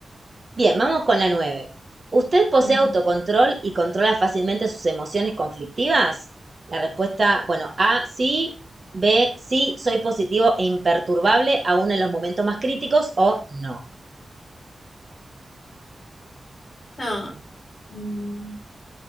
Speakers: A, on the right; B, on the left.
A: Bien, vamos con la nueve. ¿Usted posee
B: Ujú.
A: autocontrol y controla fácilmente sus emociones conflictivas? La respuesta, bueno, A, sí. B, sí, soy positivo e imperturbable aún en los momentos más críticos o no.
B: No. Mm.